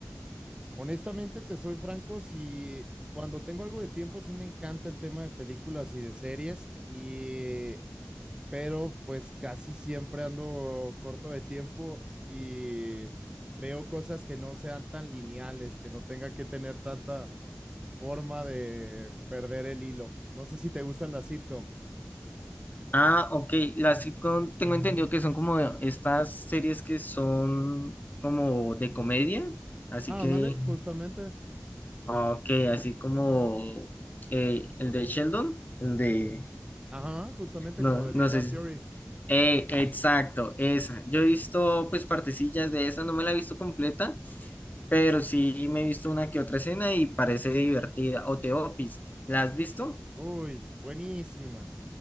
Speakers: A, on the right; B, on the left.
A: Honestamente, te soy franco, si cuando tengo algo de tiempo, sí me encanta el tema de películas y de series, y pero pues casi siempre ando corto de tiempo y veo cosas que no sean tan lineales, que no tengan que tener tanta forma de perder el hilo. No sé si te gustan las sitcom.
B: Ah, ok, las sitcom tengo entendido que son como estas series que son como de comedia, así
A: Ah,
B: que...
A: ándale, justamente.
B: Ah, Ok, así como eh, el de Sheldon, el de...
A: Ajá, justamente
B: No,
A: como de
B: no
A: Big Bang
B: sé. si-
A: Theory.
B: Eh, exacto, esa. Yo he visto pues partecillas de esa, no me la he visto completa, pero sí me he visto una que otra escena y parece divertida. O The Office, ¿la has visto?
A: Uy, buenísima,